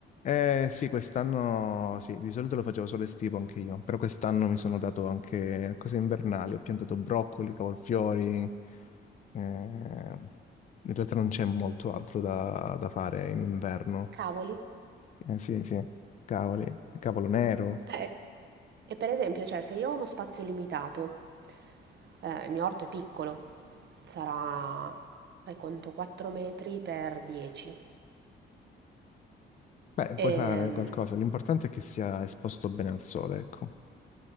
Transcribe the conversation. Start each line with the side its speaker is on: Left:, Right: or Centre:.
Left: Eh sì, quest'anno sì, di solito lo facevo solo estivo anche io, però quest'anno mi sono dato anche cose invernali, ho piantato broccoli, cavolfiori, eh, in realtà non c'è molto altro da, da fare in inverno.
Right: Cavoli.
Left: Eh sì, sì, cavoli, cavolo nero.
Right: Eh, e per esempio, cioè, se io ho uno spazio limitato, eh, il mio orto è piccolo, sarà, fai conto, 4 metri per 10.
Left: Beh,
Right: Ehm,
Left: puoi fare qualcosa, l'importante è che sia esposto bene al sole, ecco.